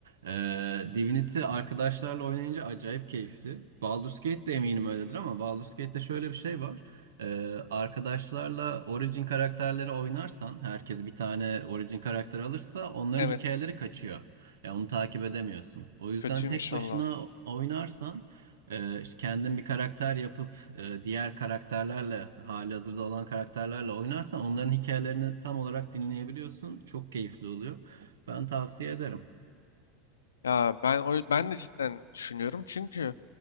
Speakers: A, on the right (about 75°); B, on the left (about 85°).
A: Ee, Divinity arkadaşlarla oynayınca acayip keyifli. Baldur's Gate de eminim öyledir ama Baldur's Gate'de şöyle bir şey var. Ee, arkadaşlarla Origin karakterleri oynarsan, herkes bir tane Origin karakter alırsa onların
B: Evet,
A: hikayeleri kaçıyor. Ya onu takip edemiyorsun. O yüzden
B: kötüymüş
A: tek başına
B: valla.
A: oynarsan ee, işte kendin bir karakter yapıp e, diğer karakterlerle halihazırda olan karakterlerle oynarsan onların hikayelerini tam olarak dinleyebiliyorsun. Çok keyifli oluyor. Ben tavsiye ederim.
B: Ya ben o, ben de cidden düşünüyorum çünkü